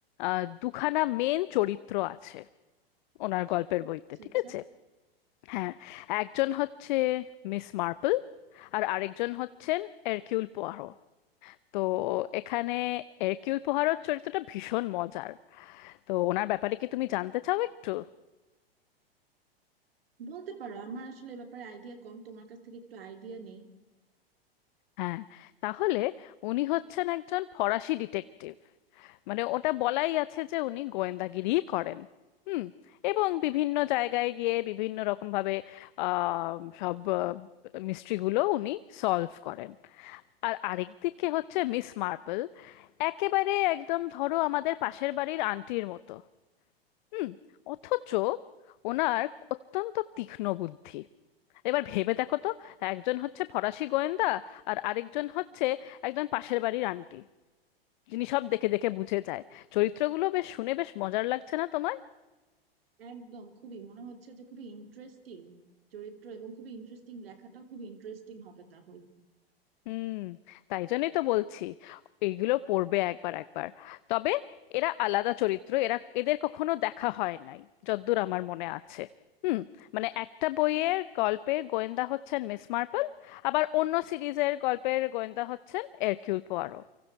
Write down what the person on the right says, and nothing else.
আচ্ছা
আচ্ছা
বলতে পারো আমার আসলে এ ব্যাপারে আইডিয়া কম তোমার কাছ থেকে একটু আইডিয়া নেই
একদম খুবই মনে হচ্ছে যে খুবই ইন্টারেস্টিং চরিত্র এবং খুবই ইন্টারেস্টিং লেখাটাও খুবই ইন্টারেস্টিং হবে তাহলে